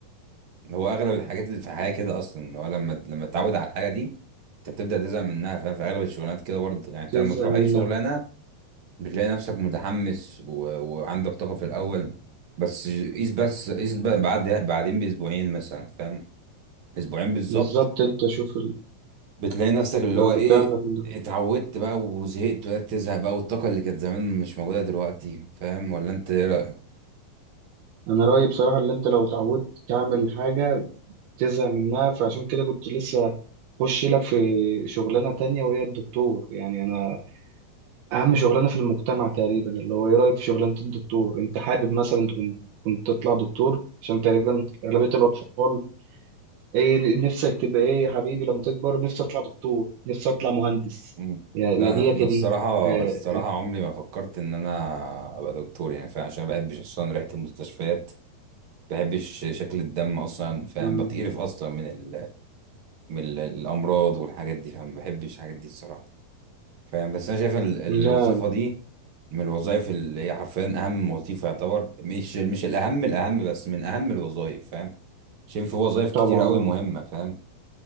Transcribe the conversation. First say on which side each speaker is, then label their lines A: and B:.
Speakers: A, on the right; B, on the right.
A: هو اغلب الحاجات اللي في الحياه كده اصلا هو لما لما تتعود على الحاجه دي انت بتبدا تزهق منها فاهم في اغلب الشغلانات كده برضه يعني انت
B: يزهق
A: لما تروح
B: منها
A: اي شغلانه بتلاقي نفسك متحمس و... وعندك طاقه في الاول بس قيس بس قيس بقى بعد بعدين باسبوعين مثلا فاهم اسبوعين بالظبط
B: بالظبط انت شوف ال...
A: بتلاقي نفسك اللي
B: لو
A: هو ايه
B: بتعمل
A: اتعودت بقى وزهقت وبدأت تزهق بقى والطاقة اللي كانت زمان مش موجودة دلوقتي فاهم ولا انت ايه رأيك؟
B: انا رأيي بصراحة اللي انت لو اتعودت تعمل حاجة تزهق منها فعشان كده كنت لسه خش لك في شغلانة تانية وهي الدكتور يعني انا اهم شغلانة في المجتمع تقريبا اللي هو ايه رأيك في شغلانة الدكتور انت حابب مثلا تكون كنت تطلع دكتور عشان تقريبا أغلبية الأطفال ايه نفسك تبقى ايه يا حبيبي لما تكبر نفسي اطلع دكتور نفسي اطلع مهندس
A: مم.
B: يا يا
A: لا
B: ديت
A: انا
B: يا
A: الصراحة
B: دي يا-
A: الصراحة عمري ما فكرت ان انا ابقى دكتور يعني فاهم عشان ما بحبش اصلا ريحة المستشفيات ما بحبش شكل الدم اصلا فاهم
B: م-
A: بتقرف اصلا من ال... من ال- الامراض والحاجات دي فاهم ما بحبش الحاجات دي الصراحة فاهم بس انا شايف ان ال- الوظيفه
B: لا
A: دي من الوظائف اللي هي حرفيا اهم وظيفه يعتبر مش مش الاهم الاهم بس من اهم الوظائف فاهم شايف في وظائف كتير
B: طبعا
A: قوي
B: اه
A: مهمه فاهم